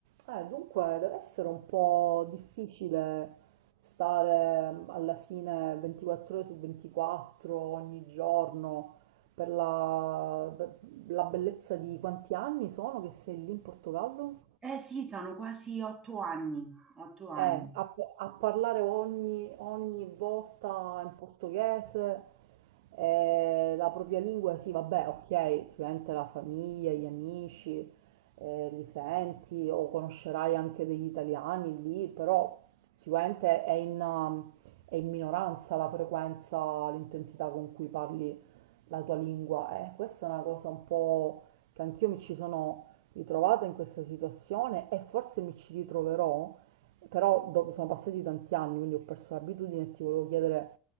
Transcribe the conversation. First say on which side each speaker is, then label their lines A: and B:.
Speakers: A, on the right; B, on the right.
A: Eh, dunque, deve essere un po' difficile stare alla fine 24 ore su 24 ogni giorno per la, per la bellezza di quanti anni sono che sei lì in Portogallo?
B: Eh sì, sono quasi 8 anni, 8 anni.
A: Eh, a, a parlare ogni, ogni volta in portoghese, eh, la propria lingua, sì, vabbè, ok, sicuramente la famiglia, gli amici, eh, li senti o conoscerai anche degli italiani lì, però sicuramente è in, um, è in minoranza la frequenza, l'intensità con cui parli la tua lingua. Eh, questa è una cosa un po' che anch'io mi ci sono ritrovata in questa situazione e forse mi ci ritroverò, però dopo- sono passati tanti anni, quindi ho perso l'abitudine e ti volevo chiedere